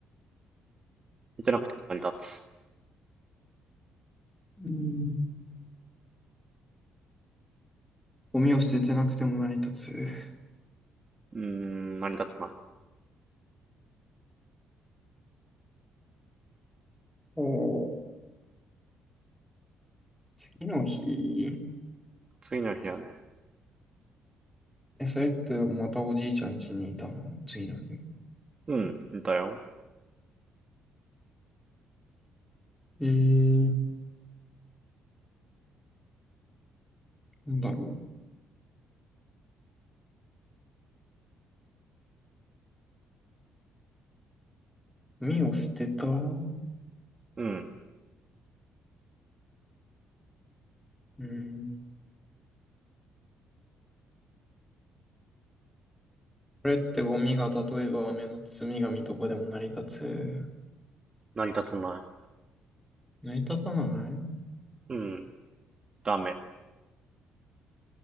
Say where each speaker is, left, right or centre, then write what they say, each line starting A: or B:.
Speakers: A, on the right (about 25°); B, in the centre.
A: 見てなくて成り立つ。
B: うん。ゴミを捨ててなくても成り立つ。
A: うーん、成り立たない。
B: おう、次の日。
A: 次の日はね。
B: え、それってまたおじいちゃん家にいたの次の日。
A: うん、いたよ。
B: えー、なんだろう。ゴミを捨てたう
A: うん。
B: ん。これってゴミが例えば雨の積み紙とかでも成り立つ。
A: 成り立たな
B: 成り立たない
A: い。うん。ダメ。